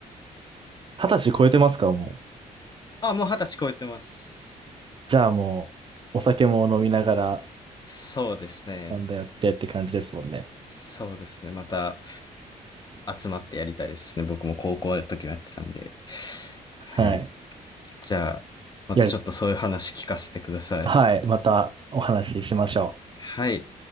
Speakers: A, on the right; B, on the left.
A: 二十歳超えてますか、もう。
B: あ、もう二十歳超えてます。
A: じゃあもう、お酒も飲みながら、
B: そうですね。
A: なんだやってって感じですもんね。
B: そうですね。また集まってやりたいですね。僕も高校の時はやってたんで。はい。
A: はい。
B: じゃあ、またちょっとそういう話聞かせてください。
A: いや、はい。またお話ししましょう。
B: はい。